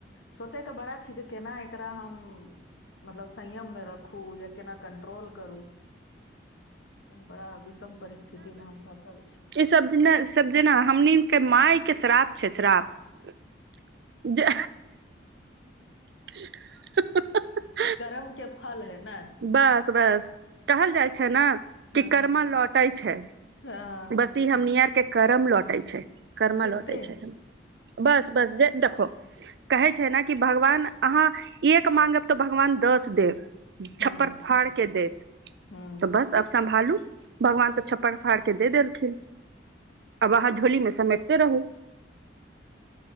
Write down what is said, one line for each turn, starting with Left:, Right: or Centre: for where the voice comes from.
Left: सोचै तऽ बड़ा छी जे केना एकरा हम मतलब संयम में रखू या केना कंट्रोल करू बड़ा विषम परिस्थिति म हम फसल छी
Right: सबजेन सबजेना हमनि केँ माय के श्राप छै श्राप <inaudible> जे <unintelligible>
Left: करम कऽ फल है ने
Right: बस बस कहल जाय छै न
Left: हँ
Right: कि कर्मा लौटे छै
Left: हँ
Right: बस ई हमनीयाआर केँ करम लौटय छै करमा
Left: एते
Right: लौटय छै बस बस जे देखउ कहै छै न कि भगवान अहाँ एक माँगब तऽ भगवान दस देब
Left: हूँ
Right: छप्पर फाड़ केँ देत
Left: हूँ
Right: तऽ <inaudible> बस अब सम्भालू भगवान तऽ छप्पर फाड़ दे देलखिन <inaudible> अब अहाँ झोली मे समैटिते रहू